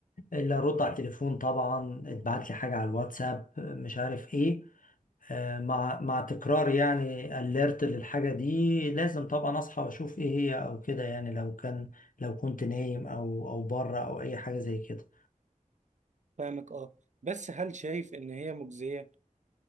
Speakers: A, on the left; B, on the right.
A: الا ارد على التليفون طبعا اتبعت لي حاجة على الواتساب آه، مش عارف ايه آه، مع مع تكرار يعني اليرت للحاجة دي لازم طبعا اصحى واشوف ايه هي او كده يعني لو كان لو كنت نايم او او بره او اي حاجة زي كده
B: فاهمك اه بس هل شايف ان هي مجزيه